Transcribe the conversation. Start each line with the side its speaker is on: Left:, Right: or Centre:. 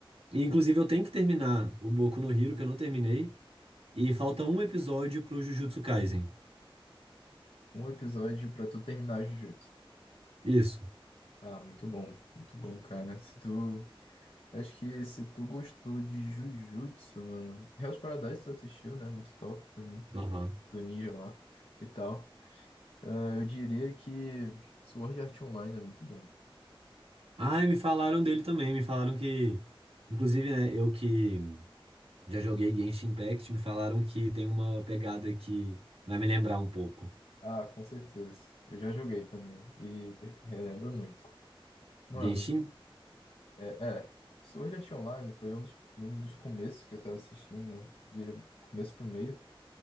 Right: E inclusive eu tenho que terminar o Boku no Hero, que eu não terminei. E falta um episódio pro Jujutsu Kaisen.
Left: Um episódio pra tu terminar Jujutsu.
Right: Isso.
Left: Ah, muito bom, muito bom, cara. Se tu. Acho que se tu gostou de Jujutsu, mano. Hell's Paradise tu assistiu, né? Muito top também.
Right: Aham.
Left: Do ninja lá e tal. Ah, eu diria que Sword Art Online é muito bom.
Right: Ah, e me falaram dele também. Me falaram que. Inclusive, né, eu que já joguei Genshin Impact, me falaram que tem uma pegada que vai me lembrar um pouco.
Left: Ah, com certeza. Eu já joguei também. E relembro muito. Mano,
Right: Genshin?
Left: é, é. Sword Art Online foi um dos, um dos começos que eu tava assistindo, né? Diria começo pro meio.